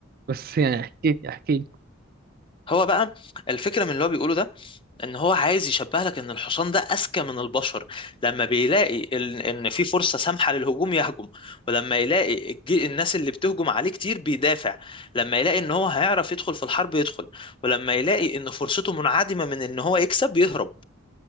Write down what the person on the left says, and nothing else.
هو بقى الفكرة من اللي هو بيقوله ده ان هو عايز يشبه لك ان الحصان ده اذكى من البشر لما بيلاقي ال- ان في فرصة سامحة للهجوم يهجم ولما يلاقي الج- الناس اللي بتهجم عليه كتير بيدافع لما يلاقي ان هو هيعرف يدخل في الحرب يدخل ولما يلاقي ان فرصته منعدمة من ان هو يكسب يهرب